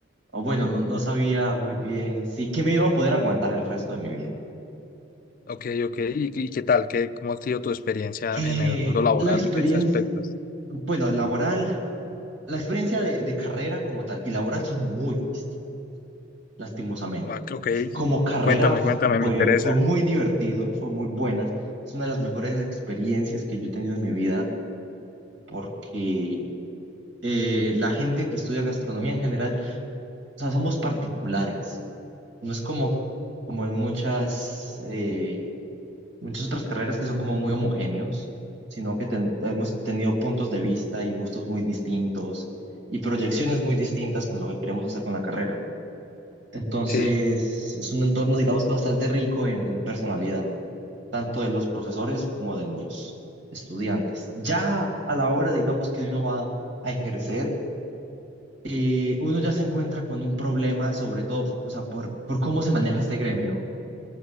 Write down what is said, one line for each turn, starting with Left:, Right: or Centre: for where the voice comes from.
Right: O bueno, no, no sabía muy bien si que me iba a poder aguantar el resto de mi vida.
Left: Ok, ok. ¿Y, y qué tal? ¿Qué, cómo ha sido tu experiencia
Right: Eh,
Left: en el mundo laboral
Right: la experiencia,
Left: de ese aspecto?
Right: bueno, laboral, la experiencia de, de carrera como tal y laboral son muy distintas, lastimosamente.
Left: Ma- Ok,
Right: Como carrera
Left: cuéntame,
Right: fu-
Left: cuéntame, me
Right: fue,
Left: interesa.
Right: fue muy divertido, fue muy buena. Es una de las mejores experiencias que yo he tenido en mi vida porque eh, la gente que estudia gastronomía en general O sea, somos particulares. No es como, como en muchas, eh, muchas otras carreras que son como muy homogéneos, sino que ten- hemos tenido puntos de vista y gustos muy distintos y proyecciones muy distintas con lo que queremos hacer con la carrera. Entonces,
Left: Sí,
Right: es un entorno, digamos que bastante rico en, en personalidad, tanto de los profesores como de los estudiantes. Ya a la hora, digamos, que uno va a ejercer eh, uno ya se encuentra con un problema, sobre todo, o sea, por, por cómo se maneja este gremio,